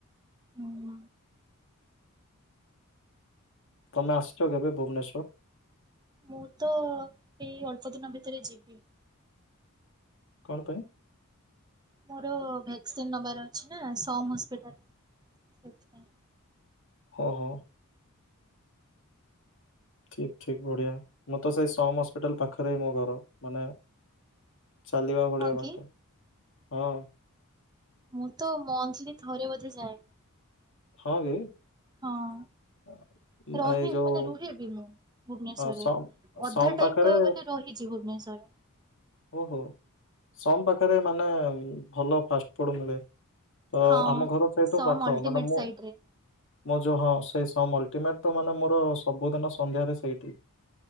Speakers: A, on the right; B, on the left.
A: ହୁଁ
B: ତମେ ଆସିଛ କେବେ ଭୁବ୍ନେଶ୍ବର?
A: ମୁଁ ତ ଏଇ ଅଳ୍ପ ଦିନ ଭିତରେ ଯିବି।
B: କଣ ପାଇଁ?
A: ମୋର ଭ୍ୟାକ୍ସିନ ନବାର ଅଛି ନା ସମ୍ ହସ୍ପିଟାଲ ସେଥିପାଇଁ।
B: ଓ ହୋ। ଠିକ ଠିକ ବଢିଆ। ମୁଁ ତ ସେଇ ସମ ହସ୍ପିଟାଲ ପାଖରେ ହିଁ ମୋ ଘର ମାନେ ଚାଲିବା ଭଳିଆ
A: ହଁ
B: ବାଟ
A: କି
B: ହଁ।
A: ମୁଁ ତ ମନ୍ଥଲି ଥରେ ବୋଧେ ଯାଏ।
B: ହଁ କି?
A: ହଁ।
B: ଅ,
A: ରହି
B: ଏଇ ଯୋଉ
A: ମାନେ ରୁହେବି ମୁଁ ଭୂବ୍ନେଶ୍ୱରରେ
B: ହଁ ସମ୍
A: ଅଧା
B: ସମ୍
A: ଟାଇମ
B: ପାଖରେ
A: କହିବାକୁ ଗଲେ ରହି ରହିଛି ଭୁବ୍ନେଶ୍ୱର।
B: ଓ ହୋ ସମ୍ ପାଖରେ ମାନେ ଭଲ ଫାଷ୍ଟଫୁଡ଼୍ ମିଳେ। ତ
A: ହଁ।
B: ଆମ ଘର ସେଉଠୁ
A: ସମ୍
B: ପାଖ
A: ଅଲଟିମେଟ
B: ମାନେ ମୁଁ
A: ସାଇଟରେ
B: ମୋ ଯୋଉ ହଁ ସେ ସମ୍ ଅଲ୍ଟିମେଣ୍ଟ ତ ମାନେ ମୋର ସବୁଦିନ ସନ୍ଧ୍ୟାରେ ସେଇଠି।